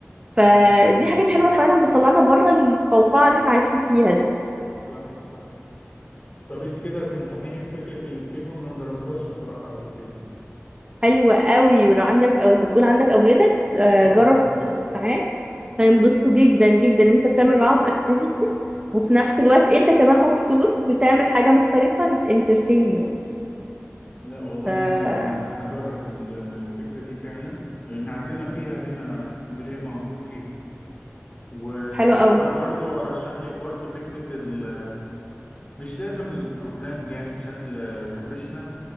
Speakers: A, on the right (about 20°); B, on the left (about 30°).
A: فدي
B: امم أمم.
A: حاجات حلوة فعلا بتطلعنا بره القوقعة اللي احنا عايشين فيها دي
B: صح صح طب انت كده تنصحيني بفكرة الاسكيب روم انا مجربتهاش بصراحة قبل كده
A: حلوة قوي ولو عندك او انت بتقول عندك اولادك آه،
B: اه
A: جرب تاخدهم معاك هينبسطوا جدا جدا انت بتعمل معاهم اكتيفيتي وفي نفس الوقت انت كمان مبسوط بتعمل حاجة مختلفة بتانترتين يو
B: لا والله
A: ف
B: انا ه- هجرب الفكرة دي فعلا لان عندنا فيها هنا في اسكندرية موجود فيها و...
A: حلو قوي
B: وانا برضو ارشح لك برضو فكرة ال مش لازم البروجرامينج يعني بشكل بروفيشنال